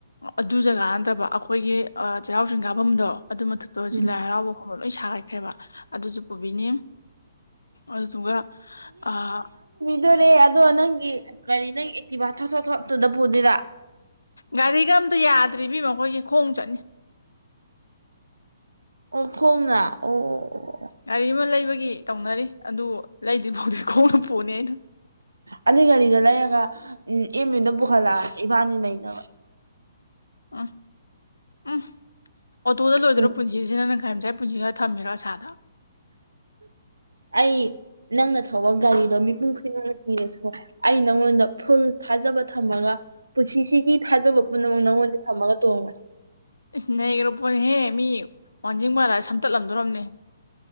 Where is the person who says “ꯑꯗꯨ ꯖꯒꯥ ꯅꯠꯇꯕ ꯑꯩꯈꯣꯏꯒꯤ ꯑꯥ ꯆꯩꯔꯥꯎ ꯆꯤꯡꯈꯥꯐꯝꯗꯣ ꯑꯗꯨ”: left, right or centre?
Left